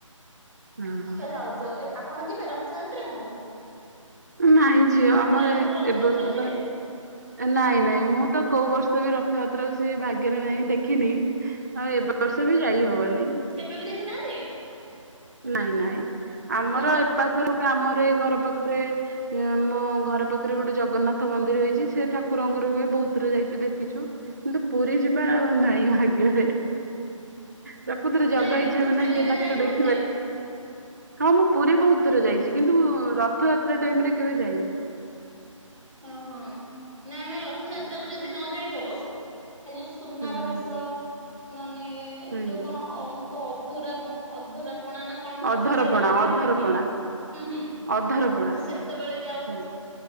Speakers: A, on the right; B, in the centre.
A: ହୁଁ ହୁଁ।
B: ତ ଯାଉଚୁ। ଏବେ ଆପଣ ଯିବେ ରଥଯାତ୍ରା କୁ?
A: ନାଇଁ ଝିଅ ଆମର
B: ମୁଁ କହିଲି ଆପଣ
A: ଏ
B: ରଥଯାତ୍ରା
A: ଏବର୍ଷ
B: କୁ ଯିବେ?
A: ତ ନାଇଁ ନାଇଁ ମୁଁ ତ କୋଉ ବର୍ଷ ବି ରଥଯାତ୍ରାକୁ ସେ ଭାଗ୍ୟରେ ନାହିଁ ଦେଖିନି। ଆଉ ଏବ ବର୍ଷ ବି ଯାଇ ହବନି।
B: କେବେ ବି ଦେଖିନାହାନ୍ତି?
A: ନାଇଁ ନାଇଁ ଆମର
B: ମୁଁ କହିଲି ର
A: ଏ ପାଖରେ
B: ହୁଁ
A: ଆମର
B: ହୁଁ
A: ଏ ଘର ପାଖରେ ଏ ମୋ ଘର ପାଖରେ ଗୋଟେ ଜଗନ୍ନାଥ ମନ୍ଦିର ହେଇଚି ସେ ଠାକୁରଙ୍କର ହୁଏ ବହୁତ ଥର ଯାଇଚୁ ଦେଖିଚୁ। କିନ୍ତୁ ପୁରୀ ଯିବା ଆଉ ନାଇଁ ଭାଗ୍ୟରେ। ପ୍ରକୃତ ରେ ଜଗା
B: ନାଇଁ ଏମିତି
A: ଇଚ୍ଛା ବିନା
B: ଖାଲିରେ
A: କିଏ ତାକୁ
B: ଯାଇନାହାନ୍ତି?
A: ଦେଖି ହଁ ମୁଁ ପୁରୀ
B: ହୁଁ
A: ବହୁତ ଥର
B: ହୁଁ।
A: ଯାଇଚି କିନ୍ତୁ ମୁ ରଥଯାତ୍ରା ଟାଇମ ରେ କେବେ ଯାଇନି।
B: ଓ ହୋ ନା ଆମେ ରଥଯାତ୍ରା
A: ହୁଁ
B: କ ଯଦି ନ ଯାଇପାରୁ ଆ ଯୋଉ ସୁ ସୁନାର
A: ହୁଁ
B: ବେଶ ନନେ
A: ହୁଁ
B: ଯୋଉ କଣ ଅଙ୍କ ଅଧୁରା ଅଧୁରା ପଣା ନା କଣ ମୁଁ
A: ଅଧରପଣା
B: ତ ଠିକ ସେଇଟା କହିପାରିବିନି
A: ଅଧରପଣା
B: ହୁଁ ହୁଁ
A: ଅଧରପଣା।
B: ସେତେବେଳେ ଯାଉ।
A: ହୁଁ